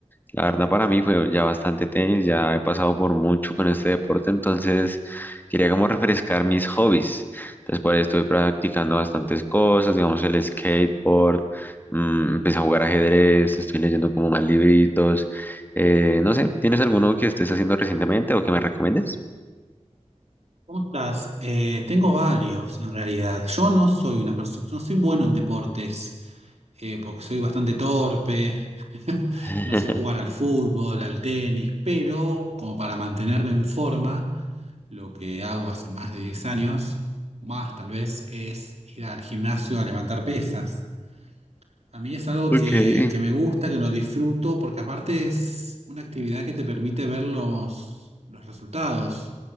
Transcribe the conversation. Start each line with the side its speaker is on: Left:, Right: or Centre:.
Left: la verdad para mí fue ya bastante tenis, ya he pasado por mucho con este deporte, entonces quería como refrescar mis hobbies. después estuve practicando bastantes cosas, digamos el skateboard, mm, empecé a jugar ajedrez, estoy leyendo como más libritos. eh, no sé, ¿tienes alguno que estés haciendo recientemente o que me recomiendes?
Right: ¿Cómo estás? Eh, tengo varios en realidad. Yo no soy una persona, no soy bueno en deportes, eh, porque soy bastante torpe, <laughs>
Left: <laughs>
Right: no sé jugar al fútbol, al tenis, pero como para mantenerme en forma, lo que hago hace más de 10 años, más tal vez, es ir al gimnasio a levantar pesas. A mí es algo
Left: Okay.
Right: que, que me gusta, que lo disfruto, porque aparte es una actividad que te permite ver los, los resultados.